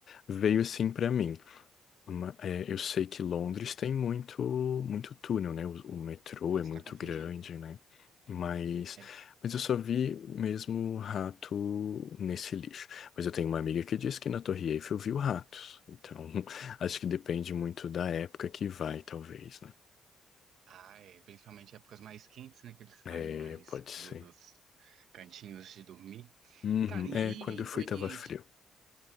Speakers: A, on the left; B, on the right.
A: veio assim pra mim. Ma- é, eu sei que Londres tem muito, muito túnel, né? O, o metrô
B: Posso
A: é muito
B: estar confundindo.
A: grande, né? Mas,
B: É.
A: mas eu só vi mesmo rato nesse lixo. Mas eu tenho uma amiga que disse que na Torre Eiffel viu ratos. Então, <laughs> acho que depende muito da época que vai, talvez, né?
B: Ah, é. Principalmente épocas mais quentes, né? Que eles saem
A: É,
B: mais
A: pode ser.
B: do- dos cantinhos de dormir.
A: Uhum.
B: Cara, e
A: É, quando eu fui
B: Oriente?
A: tava frio.